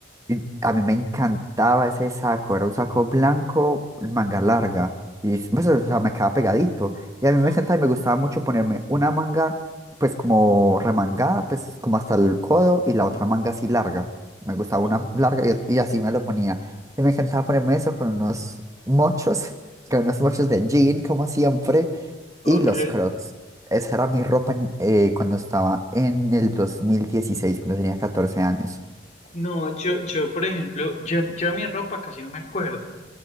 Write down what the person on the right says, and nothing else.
Y a mí me encantaba ese saco, era un saco blanco, manga larga, y pues, o sea, me quedaba pegadito. Y a mí
me encantaba y me gustaba mucho ponerme una manga, pues como remangada, pues como hasta el codo, y la otra manga así larga. Me gustaba
una larga y, y así me lo ponía. Y me encantaba ponerme eso con unos mochos, <laughs> con unos
mochos de jean, como siempre,
y los crocs. Esa era mi ropa en- eh, cuando estaba en el dos mil dieciséis cuando tenía 14 años.